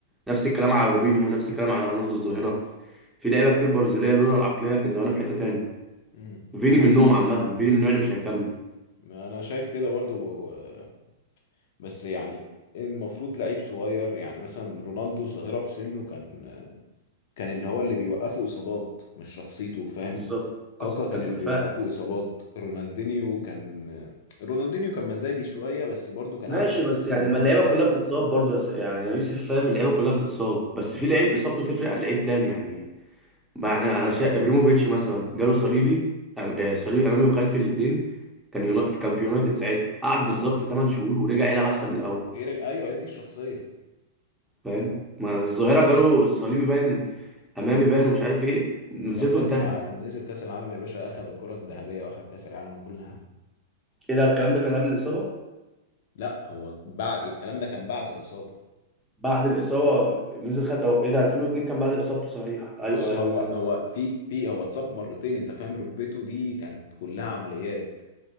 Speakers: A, in the centre; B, on the left (about 65°).
A: نفس الكلام على روبينيو نفس الكلام على رونالدو الظاهره في لعيبه كتير برازيليه لولا العقليه كان زمانها في حته تاني
B: مم.
A: فيني
B: انا
A: منهم
B: بس
A: عامه فيني من النوع اللي مش هيكمل
B: انا شايف كده برضه و- بس يعني المفروض لعيب صغير يعني مثلا رونالدو الظاهرة في سنه كان كان اللي هو اللي بيوقفه اصابات مش شخصيته فاهم
A: بالظبط
B: كاكا
A: حصل
B: كان
A: كان
B: اللي
A: سفاح
B: بيوقفه اصابات رونالدينيو كان رونالدينيو كان مزاجي شويه بس برضو كان
A: ماشي
B: عنده
A: بس
B: ظروف
A: يعني
B: ان هو
A: ما اللعيبه كلها بتتصاب برضه يا س- يعني يا يوسف فاهم اللعيبه كلها بتتصاب بس في لعيب اصابته تفرق عن لعيب تاني يعني معناه انا شايف ابريموفيتش مثلا جاله صليبي أم- آه، صليبي امامي وخلفي الاثنين كان يونا... كان في يونايتد ساعتها قعد بالظبط
B: ايوه فاهم
A: 8 شهور ورجع يلعب احسن من الاول
B: غير ايوه هي دي الشخصيه
A: فاهم ما الظاهره جاله صليبي باين امامي باين ومش عارف ايه مسيرته
B: ده في كاس
A: انتهت
B: العالم نزل كاس العالم يا باشا اخذ الكره الذهبيه واخذ كاس العالم وكل حاجه
A: ايه ده الكلام ده كان قبل الاصابه
B: لا هو بعد الكلام ده كان بعد الاصابه
A: بعد الاصابه نزل خد أو ايه ده 2002 كان بعد اصابته صحيح ايوه
B: بص هو
A: ايوه انا
B: هو في في هو اتصاب مرتين انت فاهم ركبته دي كانت كلها عمليات